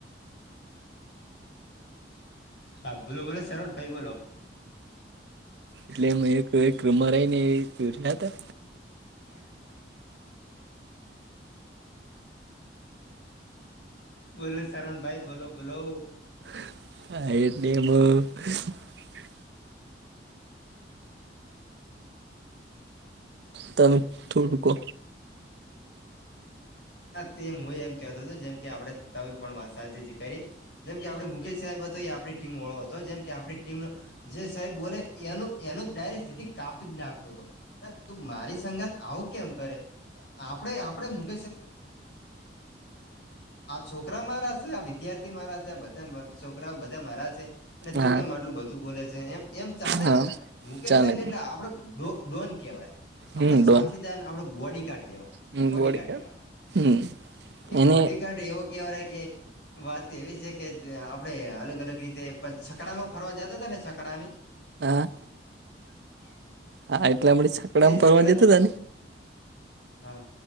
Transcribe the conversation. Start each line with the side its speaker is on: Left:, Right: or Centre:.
Left: હા બોલો બોલો સરોણ ભાઈ બોલો.
Right: એટલે મેં કઈક રમ રઈનેર્યા હતા.
Left: <inaudible> બોલો શરણ ભાઈ બોલો બોલો.
Right: <unintelligible> તમે થોડુંકો
Left: તે હું એમ કેતો હતો જેમ કે આપડે ત પણ વાત સાજી કરી. જેમ કે આપે મુકેશ સાહેબ હતો એ આપણી ટીમ વાળો હતો જેમ કે આપણી ટીમનો જે સાબ બોલે એ એનું ડાયરેકથિ કાપી જ નાખવો તો તું મારી સંગાત આવું કેમ કરે આપણે આપણે <unintelligible> આ છોકરા મારા છે આ વિદ્યાર્થી મારા છે બધા છોકરાઓ બધા મારા છે અને તું
Right: હા
Left: કેમ આટલું બધું બોલે છે એમ એમ ચાલે
Right: હા
Left: જ ને મુકેશ
Right: ચાલે
Left: સાહેબ એટલે આપડો ડોન કેવાય આપડો
Right: હમ
Left: સાથીદાર
Right: ડોન
Left: આપડો બોડી કાર્ડ કેવાય
Right: હમ
Left: બોડી કાર્ડ
Right: ગાર્ડ
Left: એ
Right: હમ એને
Left: બોડી કાર્ડ એવો કેવાય વાત એવી છે કે આપડણે અલગ અલગ રીતે છકડામાં ફરવા જતા ત ને છકડાની
Right: હા
Left: <inaudible>
Right: હા એટલે આપડે છકડામાં
Left: તે છકડા
Right: ફરવા જતા તાને
Left: હા